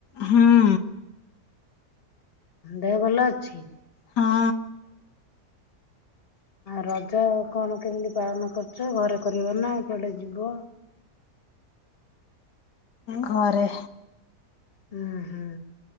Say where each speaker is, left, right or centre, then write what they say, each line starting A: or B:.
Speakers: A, on the left; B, on the left.
A: ହଁ।
B: ଦେହ ଭଲ ଅଛି।
A: ହଁ।
B: ରଜ କଣ କେମିତି ପାଳନ କରୁଛ ଘରେ କରିବ ନା କୁଆଡେ ଯିବ।
A: ଘରେ।
B: ହୁଁ ହୁଁ।